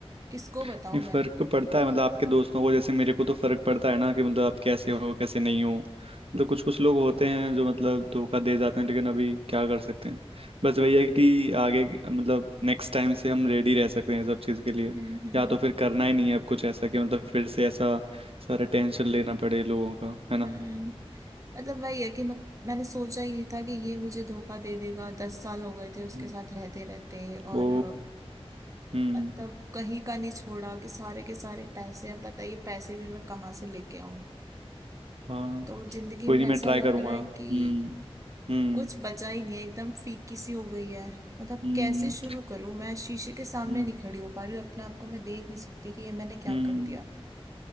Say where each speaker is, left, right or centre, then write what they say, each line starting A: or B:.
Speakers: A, on the right; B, on the right.
A: किसको बताऊं
B: नहीं फर्क
A: मैं
B: तो पड़ता है मतलब आपके दोस्तों को जैसे मेरे को तो फर्क पड़ता है ना कि मतलब आप कैसे हो कैसे नहीं हो मतलब कुछ कुछ लोग होते हैं जो मतलब धोखा दे जाते हैं लेकिन अभी क्या कर सकते हैं बस वही है कि आगे मतलब नेक्स्ट टाइम से हम रेडी रह सकते हैं ये सब चीज़ के लिए
A: हम्म हम्म
B: या तो फिर करना ही नहीं है अब कुछ ऐसा कि मतलब फिर से ऐसा सारा टेंशन लेना पड़े लोगों का है ना
A: हम्म मतलब वही है कि मैं, मैंने सोचा ही नहीं था कि ये मुझे धोखा दे देगा दस साल हो गए थे उसके
B: हम्म।
A: साथ रहते रहते और
B: ओ हम्म
A: अ, तब कहीं का नहीं छोड़ा कि सारे के सारे पैसे अब बताइए पैसे भी मैं कहाँ से लेके आऊं
B: हाँ
A: तो जिंदगी
B: कोई
A: में
B: नहीं मैं
A: ऐसा
B: ट्राई
A: लग
B: करूंगा
A: रहा है
B: हम्म
A: कि
B: हम्म
A: कुछ बचा ही नहीं है एकदम फीकी सी हो गई है मतलब
B: हम्म
A: कैसे शुरू करूं मैं शीशे के सामने
B: हम्म
A: नहीं खड़ी हो पा रही हूँ अपने आप को मैं देख नहीं सकती कि ये मैंने क्या
B: हम्म
A: कर दिया